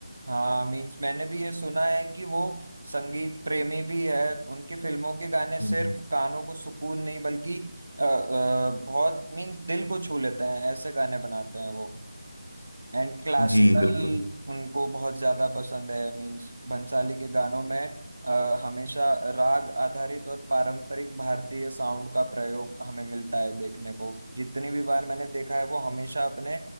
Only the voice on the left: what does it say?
हम्म।
जी बिल्कुल